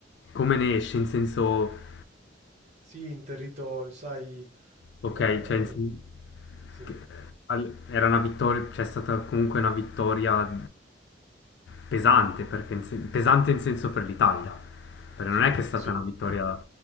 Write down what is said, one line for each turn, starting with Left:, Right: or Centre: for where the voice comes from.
Left: Come ne esce, in senso...
Right: Sì, in territorio, sai,
Left: Ok,
Right: eh,
Left: cioè in sen-
Right: sì,
Left: che- al- era una vittoria, c'è stata comunque una vittoria pesante, perché in sen- pesante in senso per l'Italia, perché
Right: sì,
Left: non è che è stata
Right: sì,
Left: una vittoria